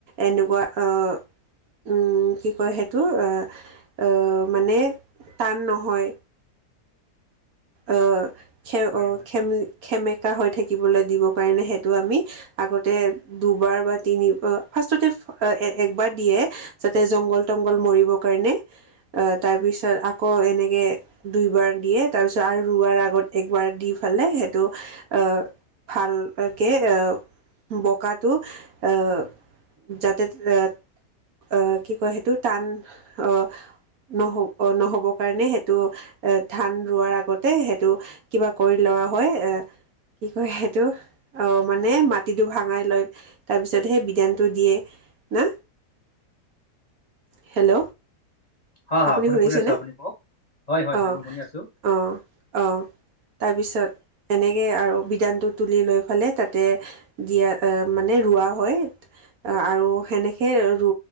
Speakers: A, on the right; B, on the left.
A: এনেকুৱা আহ উম, কি কয় সেইটো আহ, মানে টান নহয়। আহ, খে-খেম-খেমেকা
B: হয় হয়
A: হৈ থাক দিবলৈ দিব কাৰণে সেইটো আমি আগতে দুবাৰ বা তিনি ফাৰষ্টতে <unintelligible> দিয়ে যাতে জংগল-তংগল মৰিবৰ কাৰণে আ, তাৰপিছত আকৌ য়ে দুইবাৰ দিয়ে তাৰ পিছত আৰু ৰোৱাৰ আগত একবাৰ দি ফালে সেইটো অ, ভাল কে অ, বকাটো অ, যাতে এ আ, কি কয় সেইটো? টান অ, নহ অ, নহ'বৰ কাৰণে সেইটো এ ধান ৰোৱাৰ আগতে সেইটো কিবা কৰি লোৱা হয় এ কি কয় সেইটো অ, মানে মাটিটো ভাঙাই লয় তাৰপিছত সেই বিধানটো দিয়ে। না
B: <inaudible>
A: হেল্ল'।
B: হয়, হয়,
A: আপুনি
B: শুনি
A: শুনিছেনে
B: শুনি আছো আপুনি কওক হয়, হয়,
A: অঁ
B: হয়, মই শুনি আছো।
A: অঁ অঁ তাৰপিছত এনেকে আৰু বিধানটো তুলি লৈ ফালে তাতে দিয়া অ, মানে ৰোৱা হয় আৰু সেনেকে ৰু